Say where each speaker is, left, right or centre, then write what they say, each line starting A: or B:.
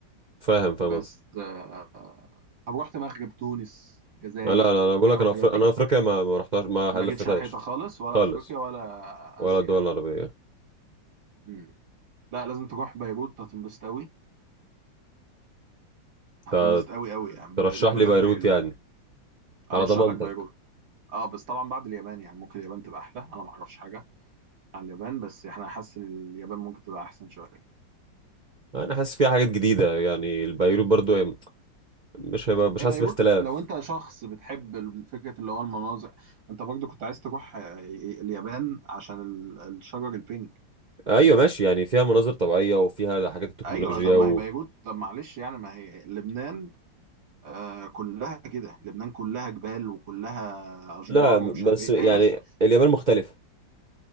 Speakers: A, on the right; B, on the right.
A: فاهم فاهم
B: بس
A: قصدي
B: آه، طب رحت مغرب تونس جزائر
A: آه، لا لا أنا بقول
B: حاجة
A: لك
B: من
A: أنا
B: الحاجات
A: أفريقيا
B: دي
A: أنا أفريقيا ما ما رحتهاش ما
B: ما
A: لفتهاش
B: جيتش ناحيتها خالص ولا
A: خالص
B: أفريقيا ولا
A: ولا
B: آسيا
A: الدول
B: يعني
A: العربية
B: مم. لا لازم تروح بيروت هتنبسط أوي هتنبسط
A: ت-
B: أوي أوي يعني
A: ترشح
B: بيروت بجد
A: لي بيروت
B: حلوة
A: يعني
B: أرشح
A: على ضمانتك
B: لك بيروت أه بس طبعا بعد اليابان يعني ممكن اليابان تبقى أحلى أنا ما أعرفش حاجة على اليابان بس احنا حاسس إن اليابان ممكن تبقى احسن شويه
A: انا حاسس فيها حاجات جديده يعني البيروت برضو يعني مش هيبقى مش
B: هي
A: حاسس
B: بيروت
A: باختلاف
B: لو انت شخص بتحب فكره اللي هو المناظر انت برضه كنت عايز تروح آه، إيه، اليابان عشان ال- الشجر البينك
A: ايوه ماشي يعني فيها مناظر طبيعيه وفيها حاجات التكنولوجيا
B: ايوه طب ما
A: و...
B: هي بيروت طب معلش يعني ما هي لبنان آه كلها كده لبنان كلها جبال وكلها اشجار
A: لا بس
B: ومش عارف ايه
A: يعني
B: هي بس
A: اليابان مختلفه